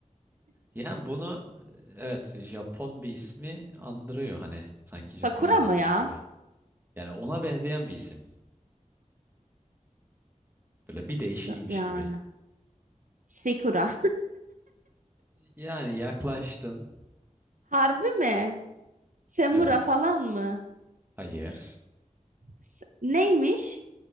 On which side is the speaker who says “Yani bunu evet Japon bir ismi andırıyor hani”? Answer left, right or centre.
Right